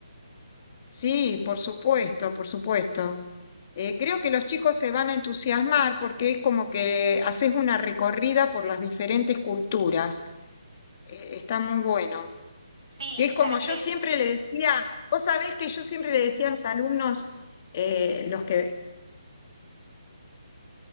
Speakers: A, on the left; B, on the right.
A: sí, por supuesto, por supuesto. Eh, creo que los chicos se van a entusiasmar porque es como que haces una recorrida por las diferentes culturas. Eh, está muy bueno.
B: Sí,
A: que es
B: y
A: como
B: sabés
A: yo
B: que
A: siempre le decía, vos sabés que yo siempre le decía a mis alumnos, eh, los que,